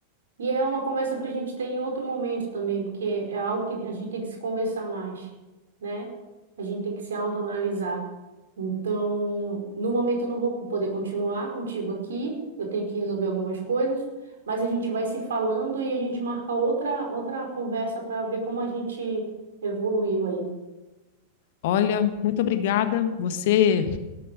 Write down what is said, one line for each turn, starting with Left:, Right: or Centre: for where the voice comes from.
Right: E é uma conversa para a gente ter em outro momento também, porque é algo que a gente tem que se conversar mais, né? A gente tem que se autoanalisar. Então, no momento eu não vou poder continuar contigo aqui, eu tenho que resolver algumas coisas, mas a gente vai se falando e a gente marca outra outra conversa para ver como a gente evoluiu aí.
Left: Olha, muito obrigada. Você